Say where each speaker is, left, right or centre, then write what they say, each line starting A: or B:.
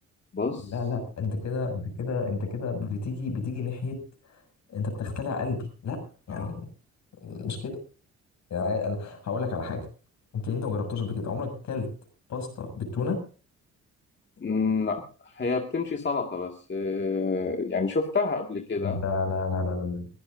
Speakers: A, on the left; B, on the left.
A: بص
B: لا لا أنت كده أنت كده أنت كده بتيجي بتيجي ناحية أنت بتختلع قلبي لا يعني
A: آه.
B: مش كده يعني أنا هقول لك على حاجة يمكن أنت ما جربتهاش قبل كده عمرك كلت باستا بالتونة
A: مم، لا هي بتمشي سلطة بس آه، يعني شفتها قبل كده
B: لا لا لا لا لا